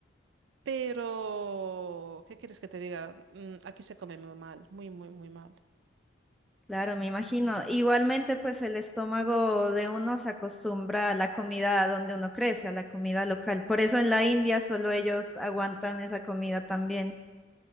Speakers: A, on the right (about 75°); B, in the centre.
A: pero ¿qué quieres que te diga? Mm, aquí se come muy mal, muy, muy, muy mal.
B: Claro, me imagino. Igualmente, pues el estómago de uno se acostumbra a la comida donde uno crece, a la comida local. Por eso en la India solo ellos aguantan esa comida también.